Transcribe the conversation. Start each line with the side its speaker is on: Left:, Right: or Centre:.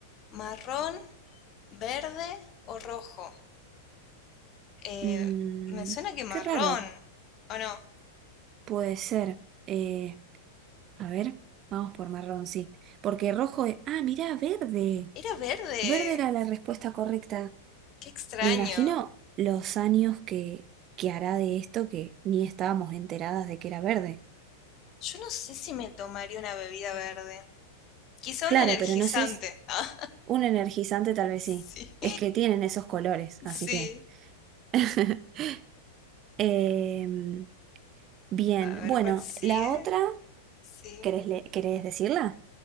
Left: marrón. ¿Verde o rojo? Eh,
Right: Mm,
Left: me suena que marrón,
Right: qué raro.
Left: ¿o no?
Right: Puede ser. eh, a ver, vamos por marrón, sí. Porque rojo es... Ah, mirá, verde.
Left: Era verde.
Right: Verde era la respuesta correcta.
Left: Qué extraño.
Right: Me imagino los años que, que hará de esto que ni estábamos enteradas de que era verde.
Left: Yo no sé si me tomaría una bebida verde. Quizá
Right: Claro,
Left: un energizante.
Right: pero no sé, s-
Left: <laughs> Ah,
Right: un energizante tal vez
Left: sí.
Right: sí. Es que tienen esos colores, así
Left: Sí.
Right: que... <laughs> Em, bien,
Left: A ver
Right: bueno,
Left: cuál sigue.
Right: la otra,
Left: Sí.
Right: ¿querés, le- querés decirla?